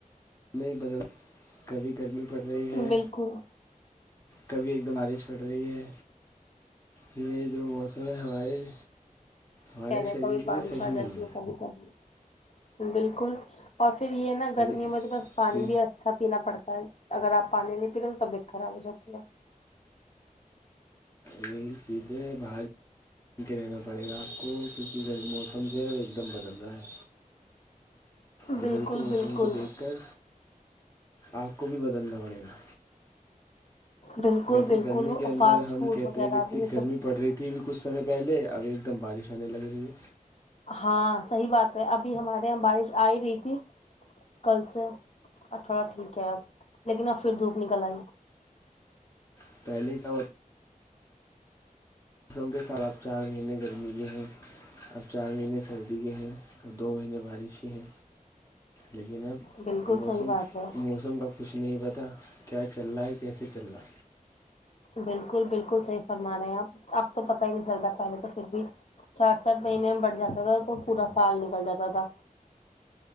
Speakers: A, on the left; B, on the left.
A: نئے بدلا کبھی گرمی پڑ رہی ہے
B: بالکل
A: کبھی ایک دم بارش پڑھ رہی ہے یہ جو موسم ہے ہمارے ہمارے
B: کہیں
A: شریر
B: کبھی
A: کے
B: بارش
A: لیے صحیح
B: آ جاتی
A: نہیں
B: ہے کبھی کبھی بالکل اور پھر یہ نا گرمیوں
A: یہ
B: میں بس پانی بھی اچھا پینا پڑتا ہے اگر آپ پانی نہیں پیتے تو طبیعت خراب ہو جاتی ہے
A: یہ چیتے بھائی س کے رہنا پڑے گا آپ کو کیونکہ موسم جو ہے وہ ایک دم بدل رہا ہے بدلتے
B: بالکل
A: موسم
B: بالکل
A: کو دیکھ کر آپ کو بھی بدلنا پڑے گا
B: بالکل
A: جیسے
B: بالکل
A: گرمی کے اندر
B: فاسٹ
A: ہم
B: فوڈ وغیرہ
A: ا اتنی
B: بھی یہ
A: گرمی
B: سب چیزیں
A: پڑ رہی تھی ابھی کچھ سمے پہلے ابھی ایک دم بارش آنے لگ رہی ہے
B: ہاں صحیح بات ہے ابھی ہمارے یہاں بارش آ ہی رہی تھی کل سے ا تھوڑا ٹھیک ہے اب لیکن اب پھر دھوپ نکل آئی
A: <unintelligible> موسم کے خلاب چار مہینے گرمی کے ہیں اب چار مہینے سردی کے ہیں اب دو مہینے بارش ہی ہیں لیکن اب
B: بالکل
A: موسم
B: صحیح بات ہے
A: موسم کا کچھ نہیں پتا کیا چل رہا ہے کیسے چل رہا
B: بالکل بالکل صحیح فرما رہے ہیں آپ اب تو پتا ہی نہیں چلتا پہلے تو پھر بھی چار چار مہینے میں بڑھ جاتا تھا تو پورا سال نکل جاتا تھا